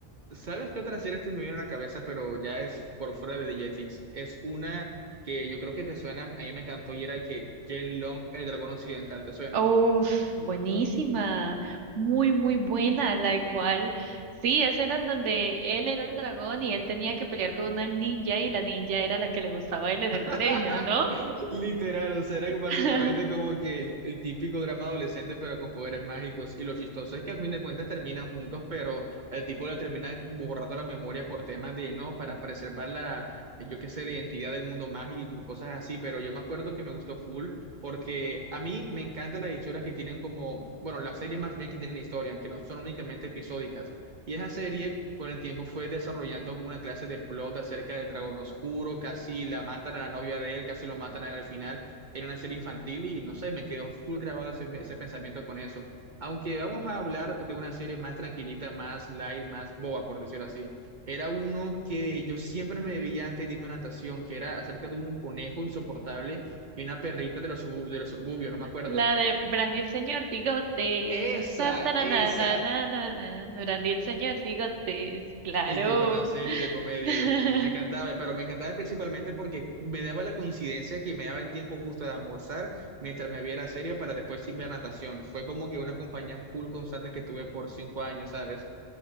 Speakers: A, on the right; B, on the right.
A: ¿sabes qué otra serie te me viene a la cabeza, pero ya es por fuera de The Jetix? Es una que yo creo que te suena, a mí me encantó y era que Jen Long, el dragón occidental, ¿te suena?
B: Uf, buenísima, muy, muy buena, la cual, sí, ese era el donde él era el dragón y él tenía que pelear con una ninja y la ninja era la que le gustaba a él en el colegio,
A: <laughs>
B: ¿no?
A: Literal, o sea, era básicamente
B: <laughs>
A: como que el, el típico drama adolescente, pero con poderes mágicos. Y lo chistoso es que al fin de cuentas terminan juntos, pero el tipo le termina borrando la memoria por temas de, no, para preservar la, yo qué sé, la identidad del mundo mágico y cosas así. Pero yo me acuerdo que me gustó full, porque a mí me encantan las historias que tienen como, bueno, las series más bien que tienen historia, que no son únicamente episódicas. Y esa serie con el tiempo fue desarrollando como una clase de plot acerca del dragón oscuro, casi la matan a la novia de él, casi lo matan a él al final. Era una serie infantil y no sé, me quedó full grabado ese, ese pensamiento con eso. Aunque vamos a hablar de una serie más tranquilita, más light, más boba, por decirlo así. Era uno que yo siempre me veía antes de irme a natación, que era acerca de un conejo insoportable y una perrita de los, subu- de los suburbios, no me acuerdo.
B: La de Brandy el señor Bigotes,
A: Esa,
B: tan, taranana,
A: esa.
B: na, Brandy el señor Bigotes, claro.
A: Y qué buena serie de comedia,
B: <laughs>
A: Dios mío. Me encantaba, pero me encantaba principalmente porque me daba la coincidencia que me daba el tiempo justo de almorzar mientras me veía la serie para después irme a natación. Fue como que una compañía full constante que tuve por cinco años, ¿sabes?